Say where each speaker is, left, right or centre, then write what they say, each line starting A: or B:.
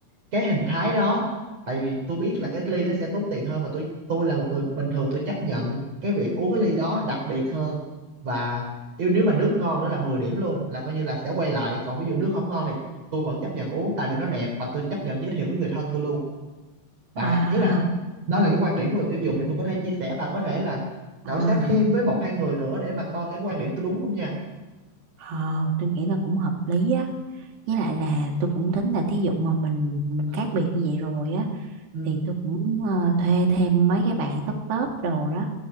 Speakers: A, on the right (about 40°); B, on the right (about 80°).
A: cái hình thái đó tại vì tôi biết là cái ly đó sẽ tốn tiền hơn và tôi tôi là một người bình thường tôi chấp nhận cái việc uống cái ly đó đặc biệt hơn và yêu nếu mà nước ngon nữa là 10 điểm luôn là coi như là sẽ quay lại còn ví dụ nước không ngon thì tôi vẫn chấp nhận uống tại vì nó đẹp và tôi chấp nhận giới thiệu với người thân tôi luôn và
B: à
A: ý là đó là cái quan điểm của người tiêu dùng
B: ừ.
A: thì tôi có thể chia sẻ bà có thể là khảo
B: à
A: sát thêm với một hai người nữa để mà coi cái quan điểm tôi đúng không nha
B: Ờ, tôi nghĩ là cũng hợp lý á. Với lại là tôi cũng tính là thí dụ mà mình mình khác biệt như vậy rồi á
A: ừ
B: thì tôi cũng ờ, thuê thêm mấy cái bạn top top đồ đó